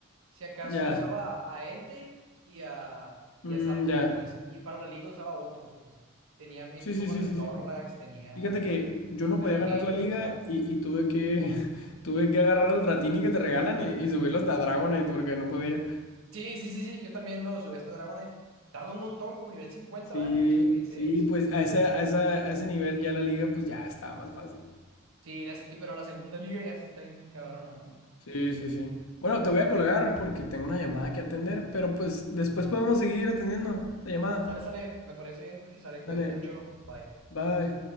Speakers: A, on the right; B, on the left.
A: Si acaso
B: Ya,
A: usaba a Entei y a, y
B: mm,
A: a Zapdos,
B: ya.
A: pues. Y para la liga usaba otros, pues. Tenía mi
B: Sí,
A: equipo
B: sí,
A: con
B: sí, sí,
A: Snorlax,
B: sí.
A: tenía
B: Fíjate que yo no
A: Peraligator,
B: podía ganar la liga
A: ajá.
B: y, y tuve que, <laughs> tuve que agarrar al Dratini que te regalan y, y subirlo hasta Dragonite porque no podía.
A: Sí, sí, sí, sí, yo también lo subí hasta Dragonite. Tarda un montón, como nivel cincuenta
B: Sí,
A: ¿verdad? Nivel cincuenta y seis
B: sí, pues a ese, a esa- a ese nivel ya la liga pues ya estaba más fácil.
A: Sí, las- y, pero la segunda liga ya sí está bien cabrona, ¿no?
B: Sí, sí, sí. Bueno, te voy a colgar porque tengo una llamada que atender, pero pues después podemos seguir atendiendo la llamada.
A: Sale, sale, me parece bien, Jorge, sale, cuídate
B: Dale,
A: mucho, bye.
B: bye.